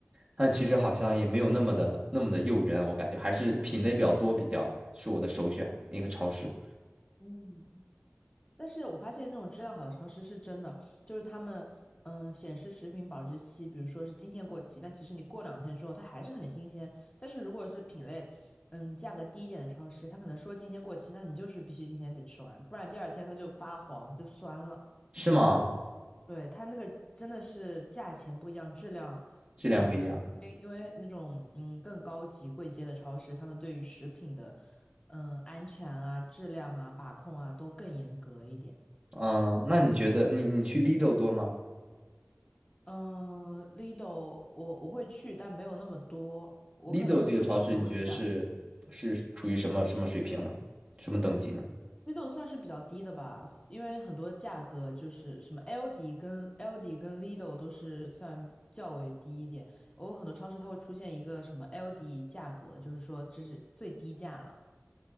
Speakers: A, on the right; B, on the left.
A: 但其实好像也没有那么的那么的诱人，我感觉还是品类比较多，比较是我的首选一个超市，
B: 嗯。但是我发现那种质量好的超市是真的，就是他们嗯、呃显示食品保质期，比如说是今天过期，但其实你过两天之后它还是很新鲜。但是如果是品类嗯价格低一点的超市，它可能说今天过期，那你就是必须今天得吃完，不然第二天它就发黄，它就酸了。
A: 是吗？
B: 对，它那个真的是价钱不一样，质量质量不一样，
A: 质量不一样，
B: 因为因为那种嗯更高级贵阶的超市，他们对于食品的嗯安全啊、质量啊、把控啊都更严格一点。
A: 嗯、那你觉得你你去 Lidl 多吗
B: 嗯，Lido 我我会去，但没有那么多，我可能会走一下。
A: ？Lidl 这个超市你觉得是是处于什么什么水平呢？什么等级呢？
B: Lido 算是比较低的吧，因为很多价格就是什么 LD 跟 LD 跟 Lido 都是算较为低一点。我有很多超市它会出现一个什么 LD 价格，就是说这是最低价了。